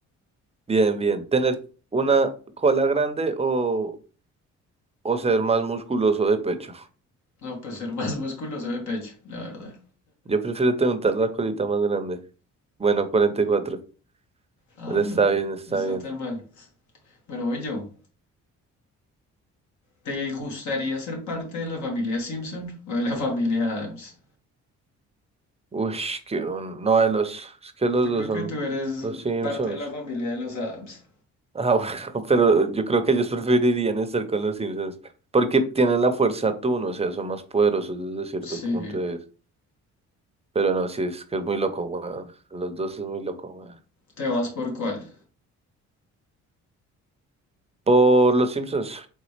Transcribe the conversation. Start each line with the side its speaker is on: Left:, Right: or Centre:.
Right: Bien, bien. ¿Tener una cola grande o, o ser más musculoso de pecho?
Left: No, pues ser más musculoso de pecho, la verdad.
Right: Yo prefiero tener la colita más grande. Bueno, 44.
Left: Ah,
Right: Él
Left: bueno,
Right: Está bien, está
Left: no está
Right: bien.
Left: tan mal. Bueno, voy yo. ¿Te gustaría ser parte de la familia Simpson o de la familia Adams?
Right: Uy, que un- no, de los, es que los
Left: Yo
Right: dos
Left: creo
Right: son
Left: que tú eres
Right: los Simpsons.
Left: parte de la familia de los Adams.
Right: Ah, <laughs> bueno, pero yo creo que ellos preferirían estar con los Simpsons porque tienen la fuerza Tun, o sea, son más poderosos desde cierto
Left: Sí,
Right: punto de vista. Pero no, sí, es que es muy loco, weón. Los dos es muy loco, weón.
Left: ¿te vas por cuál?
Right: Por los Simpsons.